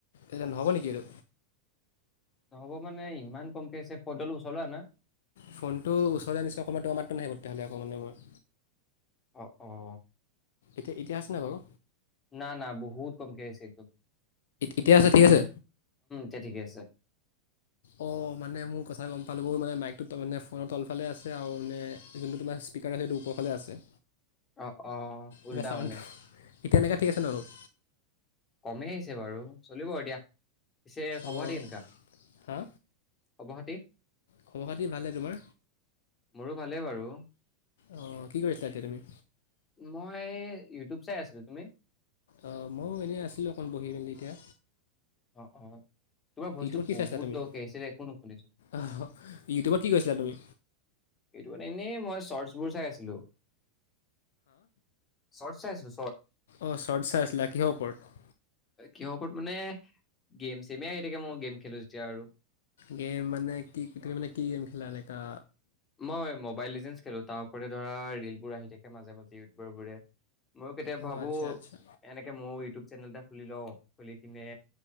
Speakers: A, on the left (about 60°); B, on the left (about 20°).
A: এই নহ'ব নেকি আৰু
B: হ'ব মানে ইমান কমকে আহিছে ফনটো চলোৱা না
A: ফোনটো ওচৰলৈ আনিছে অকণমান ত মাতটো নাহে তেতিয়াহ'লে অকণমানে মই
B: অঁ অঁ
A: এতিয়া ইতিয়া আছে নাই বাৰু
B: না না বহুত কমক আহছে একদম
A: এতিয়া আছে ঠিক আছে
B: আছে ঠিকে আছে
A: অঁ মানে মোৰ কথা গম পালোঁ মানে মাইকটোত মানে ফোনৰ তলফালে আছে আৰু মানে যোনটো তোমাৰ স্পীকাৰ আছে সেইটো ওপৰফালে আছে
B: অ অ উল্টা
A: এতিয়া চাউণ্ডটো
B: মানে
A: এতিয়া এনেকৈ ঠিক আছে ন অলপ
B: কমেই আহিছে বাৰু চলিব দিয়া। পিছে খবৰ
A: অঁ
B: খাতি কেনেকা?
A: হা
B: খবৰ খাতি
A: খবৰ খাতি ভালে তোমাৰ
B: মোৰো ভালেই বাৰু
A: অ কি কৰিছিলা এতিয়া তুমি
B: মই ইউটিউব চাই আছিলো তুমি
A: অ মইো এনেই আছিলো অকণ বহি মেলি এতিয়া
B: অ অ তোমাৰ ভইচটো
A: ইউটিউবত কি
B: বহুত
A: চাইছিলা তুমি
B: লৌকে আহিছে একো নুশুনিছো
A: অঁ ইউটিউবত কি কৈছিলা তুমি
B: সটো মানে এনেই মই চৰ্টছ বোৰ চাই আছিলো। চৰ্ট চাইছিলো
A: অ চৰ্ট চাই আছিলে কিহৰ ওপৰত
B: কিহৰ ওপৰতৰত মানে গেম চেমে আহি থাকে মই গেম খেলো যেতিয়া আৰু
A: গেম মানে কি ত মানে কি গেম খেলা একা
B: মই মোবাইল লিজেণ্ডচ খেলো তাৰ ওপতে ধৰা ৰিলবোৰ আহি থাকে মাজে মাজে ইউটউবৰ বোৰে মইো কেতিয়াবা
A: অঁ
B: ভাবো
A: আচ্ছা আচ্ছা
B: এনেকে মোৰ ইউটিউব চেনেল এটা খুলি লওঁ খুলি কিনে